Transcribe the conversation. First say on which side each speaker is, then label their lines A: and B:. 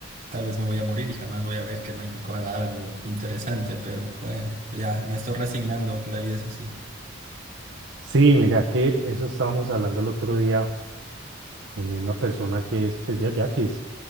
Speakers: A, on the right; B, on the right.
A: tal vez me voy a morir y jamás voy a ver que México haga algo interesante, pero bueno, ya me estoy resignando a que la vida es así.
B: Sí, mira que eso estábamos hablando el otro día con una persona que es pues, de allá, que es,